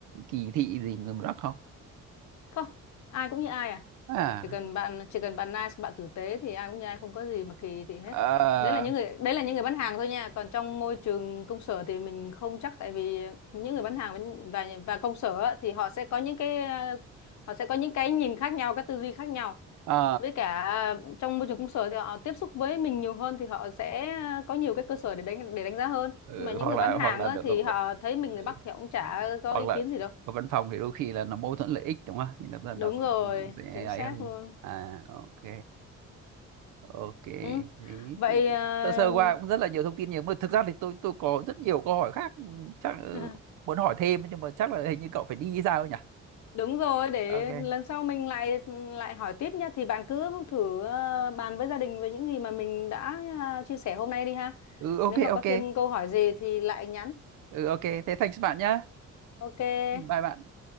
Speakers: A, on the right (about 85°); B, on the left (about 65°).
A: kỳ thị gì người miền Bắc không
B: không ai cũng như ai à
A: à,
B: chỉ cần bạn chỉ cần bạn nice bạn tử tế thì ai cũng như ai không có gì mà kỳ thị hết
A: ờ,
B: đấy là những người đấy là những người bán hàng thôi nha còn trong môi trường công sở thì mình không chắc tại vì những người bán hàng và và, và công sở á, thì họ sẽ có những cái ờ, họ sẽ có những cái nhìn khác nhau cái tư duy khác nhau
A: ờ,
B: với cả ờ, trong môi trường công sở thì họ tiếp xúc với mình nhiều hơn thì họ sẽ có nhiều cái cơ sở để đánh để đánh giá hơn
A: ừ,
B: mà những
A: hoặc
B: người
A: là
B: bán hàng
A: hoặc là
B: á,
A: được
B: thì họ thấy mình
A: ừ,
B: người Bắc thì họ cũng chả có
A: hoặc
B: ý
A: là
B: kiến gì đâu
A: ở văn phòng thì đôi khi là nó mâu thuẫn lợi ích đúng không thì nó nó, nó,
B: đúng rồi
A: nó sẽ
B: chính
A: ấy
B: xác
A: hơn
B: luôn
A: à ok Ok,
B: Ừ.
A: đấy
B: Vậy
A: thì
B: à,
A: sơ sơ qua cũng rất là nhiều thông tin nhiều mà thực ra thì tôi tôi có rất nhiều câu hỏi khác ừ, chắc ừ,
B: <laughs>
A: muốn hỏi thêm nhưng mà chắc là hình như cậu phải đi sao nhỉ?
B: đúng rồi để
A: Ok.
B: lần sau mình lại lại hỏi tiếp nhá thì bạn cứ thử à, bàn với gia đình về những gì mà mình đã à, chia sẻ hôm nay đi ha.
A: Ừ ok
B: Nếu mà có
A: ok.
B: thêm câu hỏi gì thì lại nhắn.
A: Ừ ok, thế thanks bạn nhá.
B: Ok.
A: Ừ, Bye bạn.